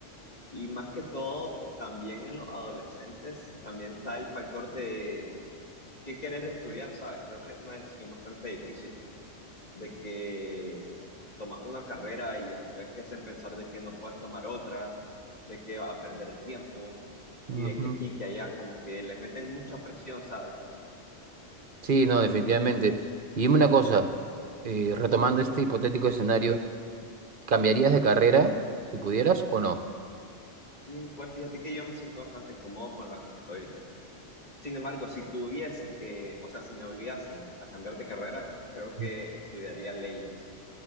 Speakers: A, on the left; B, on the right.
A: y más que todo, también en los adolescentes, también está el factor de qué querer estudiar, ¿sabes? Creo que es una decisión bastante difícil. de que tomas una carrera y después te hacen pensar de que no puedes tomar otra, de que vas a perder el tiempo
B: Ujú.
A: y de que aquí, que allá, como que les meten mucha presión, ¿sabes?
B: Sí, no, definitivamente. Y dime una cosa, eh, retomando este hipotético escenario, ¿cambiarías de carrera si pudieras o no?
A: Mm, Pues fíjate que yo me siento bastante cómodo con la que estoy. Sin embargo, si tuviese que, o sea, si me obligasen a cambiar de carrera, creo que
B: Ujú.
A: estudiaría leyes.